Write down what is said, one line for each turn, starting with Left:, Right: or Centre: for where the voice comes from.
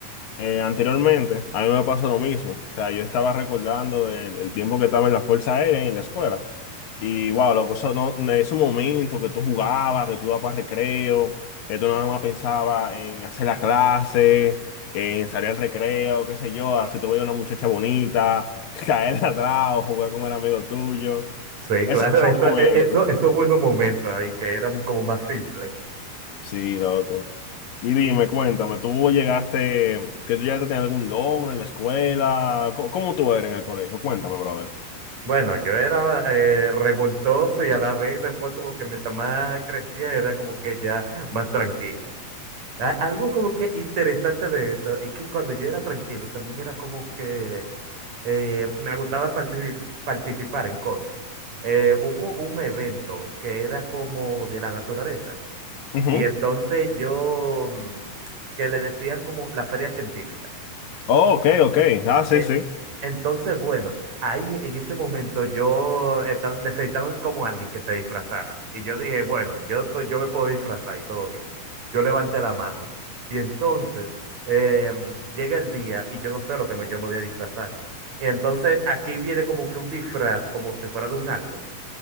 Left: Eh, anteriormente, a mí me pasó lo mismo. O sea, yo estaba recordando del, el tiempo que estaba en la Fuerza Aérea y en la escuela. Y wow, loco, eso no, en esos momentos que tú jugabas, que tú ibas para recreo, que tú nada más pensabas en hacer la clase, en salir al recreo, qué sé yo, así tú veías una muchacha bonita, <laughs> caerle atrás o jugar con el amigo tuyo.
Right: Sí,
Left: Ese-
Right: claro,
Left: Esos
Right: eso,
Left: momentos.
Right: eh, eso, esos buenos momentos ahí que eran como más simples.
Left: Sí, loco. Y dime, cuéntame, ¿tú llegaste, que tú llegaste a tener algún logro en la escuela? Co- ¿Cómo, tú eres en el colegio? Cuéntame, brother.
Right: Bueno, yo era eh, revoltoso y a la vez después como que mientras más crecía era como que ya más tranquilo. A- Algo como que interesante de eso es que cuando yo era tranquilo también era como que eh, me gustaba partici- participar en cosas. Eh, hubo un evento que era como de la naturaleza
Left: Ujú.
Right: y entonces yo, mm, que le decían como la feria científica.
Left: Oh, ok, ok. Ah, sí,
Right: Eh,
Left: sí.
Right: entonces, bueno, ahí en ese momento yo esta- necesitaban como alguien que se disfrazara. Y yo dije, bueno, yo, to- yo me puedo disfrazar y todo bien. Yo levanté la mano. Y entonces em, llega el día y yo no sé lo que me- yo me voy a disfrazar. Y entonces aquí viene como que un disfraz, como si fuera de un árbol.